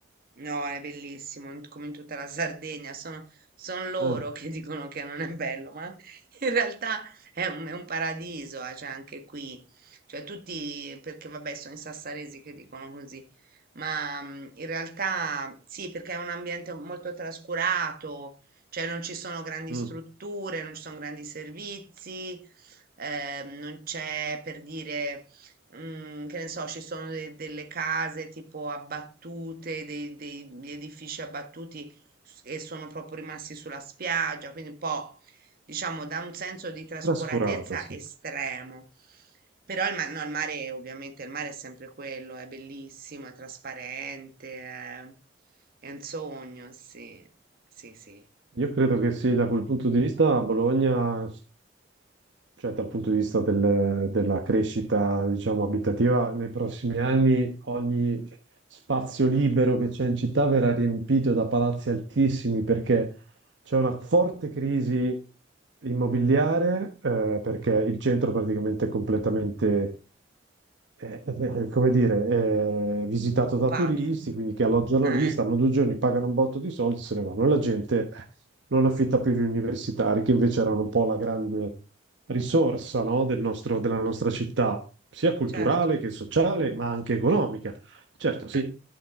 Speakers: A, on the right; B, on the right.
A: No, è bellissimo, in- come in tutta la Sardegna, sono, son loro
B: Ah,
A: che <laughs> dicono che non è bello, ma <laughs> in realtà è un, è un paradiso, eh, cioè anche qui, cioè tutti, perché vabbè sono i sassaresi che dicono così, ma mm, in realtà sì, perché è un ambiente molto trascurato, cioè non ci sono grandi
B: mm.
A: strutture, non ci sono grandi servizi, eh, non c'è per dire mm, che ne so, ci sono de- delle case tipo abbattute, dei- degli edifici abbattuti s- e sono proprio rimasti sulla spiaggia, quindi un po', diciamo, da un senso di trascuratezza
B: Trascurato, sì.
A: estremo. Però il, ma- no, il mare, ovviamente, il mare è sempre quello, è bellissimo, è trasparente, è, è un sogno, sì, sì, sì,
B: Io credo che sì, da quel punto di vista Bologna, cioè dal punto di vista del- della crescita, diciamo, abitativa, nei prossimi anni ogni spazio libero che c'è in città verrà riempito da palazzi altissimi perché c'è una forte crisi immobiliare, eh, perché il centro praticamente è completamente eh, eh, eh, come dire, eh, visitato
A: occupato,
B: da turisti, quindi che alloggiano
A: eh,
B: lì,
A: eh,
B: stanno due giorni, pagano un botto di soldi, se ne vanno. La gente eh, non affitta più gli universitari, che invece erano un po' la grande risorsa, no, del nostro- della nostra città, sia culturale
A: certo,
B: che sociale, ma anche economica. Certo, sì,
A: eh,